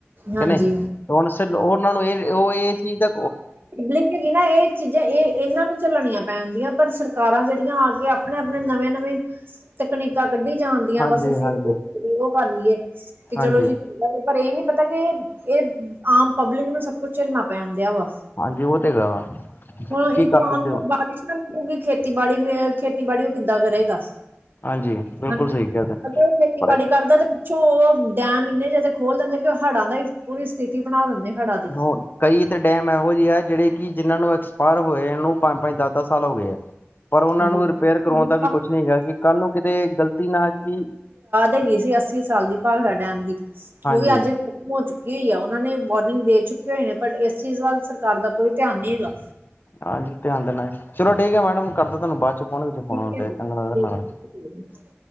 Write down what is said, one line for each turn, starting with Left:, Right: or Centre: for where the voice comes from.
Right: ਹਾਂਜੀ
Left: ਕਿ ਨਈ? ਹੁਣ ਸਿਰ ਓਨਾਂ ਨੂੰ ਏ ਓ ਏ ਚੀਜ਼ ਦਾ
Right: ਲੇਕਿਨ <unintelligible> ਚੀਜ਼ਾਂ ਏ ਏਨਾਂ ਨੂੰ ਝੱਲਣੀਆਂ ਪੈਣਦੀਆਂ ਪਰ ਸਰਕਾਰਾਂ ਜੇੜੀਆਂ ਆ ਕੇ ਆਪਣੇ-ਆਪਣੇ ਨਵੇਂ-ਨਵੇਂ ਤਕਨੀਕਾਂ ਕੱਢੀ ਜਾਣ ਦੀਆਂ
Left: ਹਾਂਜੀ
Right: ਬਸ ਅਸੀਂ
Left: ਹਾਂਜੀ
Right: ਓ ਕਰ ਲੀਏ ਕਿ ਚਲੋ
Left: ਹਾਂਜੀ।
Right: ਜੀ ਪਰ ਏ ਨੀ ਪਤਾ ਅਜੇ ਏ ਆਮ ਪਬਲਿਕ ਨੂੰ ਸਭ ਕੁਛ ਝਲਣਾ ਪੈਣ ਦਿਆ ਵਾ
Left: ਹਾਂਜੀ ਓ ਤੇ ਹੈਗਾ ਵਾ।
Right: ਹੁਣ ਇਨਸਾਨ
Left: ਕੀ ਕਰ ਸਕਦੇ
Right: ਨੂੰ
Left: ਹੁਣ
Right: ਬਾਰਿਸ਼ ਨਾ ਰੁਕੂਗੀ ਖੇਤੀਬਾੜੀ ਮੇ ਖੇਤੀਬਾੜੀ ਓ ਕਿੱਦਾਂ ਕਰੇਗਾ?
Left: ਹਾਂਜੀ ਬਿਲਕੁਲ
Right: <unintelligible>
Left: ਸਹੀ ਕਿਹਾ ਤੁਸੀ।
Right: ਖੇਨਤੀਬਾੜੀ
Left: ਪਰ
Right: ਕਰਦੈ ਚ ਓ ਡੈਮ ਇੰਨੇ ਜਾਦਾ ਖੋਲ ਦਿੰਦੇ ਕਿ ਹੜ੍ਹਾਂ ਦਾ ਹੀ ਪੂਰੀ ਸਥਿ ਤੀ ਬਣਾ ਦਿੰਦੇ। ਹੜ੍ਹਾਂ ਦੀ
Left: ਹੋਰ ਕਈ ਤੇ ਡੈਮ ਐਹੋ ਜੇ ਆ ਜੇੜੇ ਕਿ ਜਿਨਾਂ ਨੂੰ ਐਕਸਪਾਇਰ ਹੋਏਆ ਨੂੰ ਪੰਜ-ਪੰਜ ਦੱਸ-ਦੱਸ ਸਾਲ ਹੋ ਗਏ ਆ।
Right: <unintelligible>
Left: ਪਰ ਉਹਨਾਂ
Right: ਬੁਨਿਆਦ
Left: ਨੂੰ ਰਿਪੇਅਰ ਕਰਵਾਉਣ ਦਾ ਵੀ ਕੁਛ ਨਹੀਂ ਹੈਗਾ ਕਿ ਕੱਲ੍ਹ ਨੂੰ ਕਿਤੇ ਗ਼ਲਤੀ ਨਾ ਕਿ
Right: ਹੈਗੀ ਸੀ। ਅੱਸੀ ਸਾਲ ਦੀ ਭਾਗੜਾ ਡੈਮ ਦੀ
Left: ਹਾਂਜੀ
Right: ਓ ਵੀ ਅੱਜ ਹੋ ਚੁੱਕੀ ਹੋਈ ਆ ਓਨਾਂ ਨੇ ਵਾਰਨਿੰਗ ਦੇ ਚੁੱਕੇ ਹੋਏ ਨੇ ਬਟ ਇਸ ਚੀਜ਼ ਵੱਲ ਸਰਕਾਰ ਦਾ ਕੋਈ ਧਿਆਨ ਨਈ ਹੈਗਾ।
Left: ਹਾ ਜੀ ਧਿਆਨ ਦੇਣਾ ਚਲੋ ਠੀਕ ਐ ਮੈਡਮ ਕਰਦਾ ਤੁਆਨੂੰ ਬਾਦ ਚ ਫੋਨ ਚੇ
Right: ਠੀਕ
Left: ਫੋਨ ਆਉਣ
Right: ਹੈ
Left: ਤੇ
Right: ਜੀ ਠੀਕ
Left: ਚੰਗਾ ਲੱਗਦਾ ਮ
Right: <unintelligible>